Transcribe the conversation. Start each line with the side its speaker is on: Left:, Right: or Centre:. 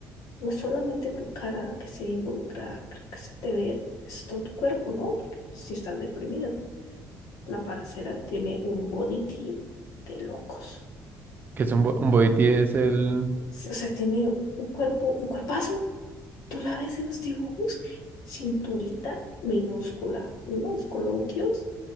Left: no es solamente tu cara la que se involucra, la que se te ve, es todo tu cuerpo, ¿no? Porque si estás deprimido, la parcera tiene un body tea de locos.
Right: que es un, bo- un boitie es el
Left: Sí, O sea, tiene un cuerpo, un cuerpazo. Tú la ves en los dibujos, cinturita minúscula, unos glúteos